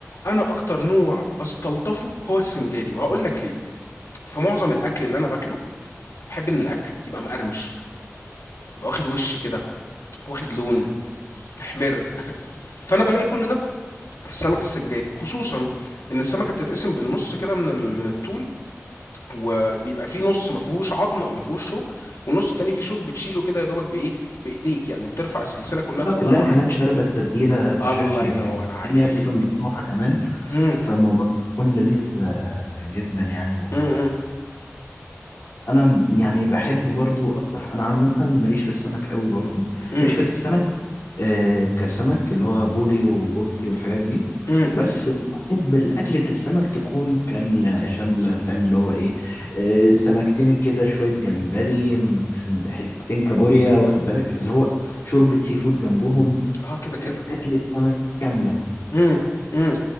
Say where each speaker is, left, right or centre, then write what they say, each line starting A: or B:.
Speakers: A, on the left; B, on the left.
A: انا اكتر نوع بستلطفه هو السنجاري وهقول لك ليه في معظم الاكل اللي انا باكله بحب ان الاكل يبقى مقرمش يبقى واخد وش كده واخد لون محمر فانا بلاقي كل ده في السمك السنجاري خصوصا ان السمكه بتتقسم بالنص كده من ال- من الطول وبيبقى في نص ما فيهوش عظم او ما فيهوش شوك والنص التاني فيه شوك بتشيله كده يا دوبك بايه بايديك يعني بترفع السلسله كلها
B: بتبقى
A: تطلع
B: كلها
A: معاك
B: كمان شاربة التتبيلة بشكل
A: الله ينور
B: كبير
A: عليك
B: لان هي بتبقى مفتوحة كمان
A: امم
B: فالموضوع بيكون لذيذ آه، جدا يعني و...
A: امم
B: انا يعني بحب برضو اكتر انا عامه ماليش في السمك قوي برضو
A: امم
B: ماليش في السمك آه كسمك اللي هو بوري وبلطي والحاجات دي
A: امم
B: بس بحب الاكلة السمك تكون كاملة شاملة فاهم اللي هو ايه آه سمكتين كده شوية جمبري مش حتتين كابوريا واخد بالك اللي هو شوربة سي فود جنبهم
A: اه كده كده
B: آه اكلة سمك كاملة
A: امم امم